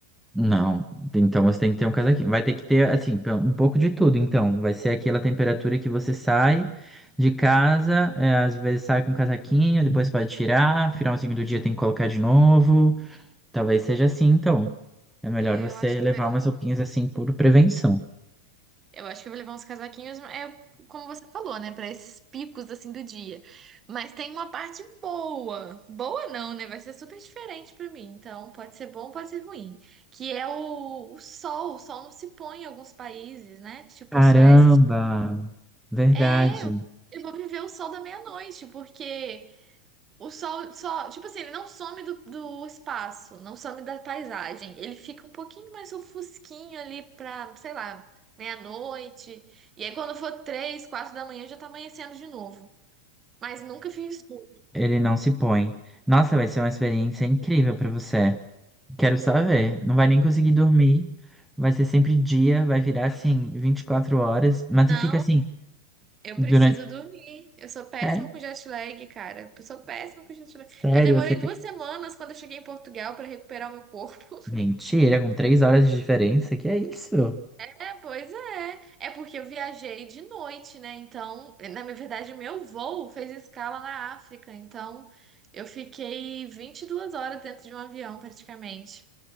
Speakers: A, in the centre; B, on the right.
A: Não, então você tem que ter um casaquinho. Vai ter que ter, assim, pra- um pouco de tudo. Então, vai ser aquela temperatura que você sai de casa, é, às vezes sai com um casaquinho, depois pode tirar, finalzinho do dia tem que colocar de novo. Talvez seja assim, então. É melhor
B: É,
A: você
B: eu acho que
A: levar
B: vai.
A: umas roupinhas assim por prevenção.
B: Eu acho que eu vou levar uns casaquinhos, é como você falou, né? Para esses picos assim do dia. Mas tem uma parte boa. Boa não, né? Vai ser super diferente para mim. Então, pode ser bom, pode ser ruim. Que é o, o sol. O sol não se põe em alguns países, né? Tipo
A: Caramba!
B: Suécia.
A: Verdade.
B: É, eu eu vou viver o sol da meia-noite, porque o sol só, tipo assim, ele não some do, do espaço, não some da paisagem. Ele fica um pouquinho mais ofusquinho ali pra, sei lá, meia-noite. E aí quando for três, quatro da manhã já tá amanhecendo de novo. Mas nunca fiz escuro.
A: Ele não se põe. Nossa, vai ser uma experiência incrível pra você. Quero só ver. Não vai nem conseguir dormir. Vai ser sempre dia, vai virar assim 24 horas, mas
B: Não,
A: e fica assim
B: eu
A: durante.
B: preciso dormir. Eu sou péssima
A: É?
B: com jet lag, cara. Eu sou péssima com jet lag.
A: Sério,
B: Eu demorei
A: você quer.
B: duas semanas quando eu cheguei em Portugal pra recuperar o meu corpo.
A: Mentira, com três horas de diferença? Que é isso?
B: É, pois é. É porque eu viajei de noite, né? Então, na minha verdade, meu voo fez escala na África. Então, eu fiquei 22 horas dentro de um avião, praticamente.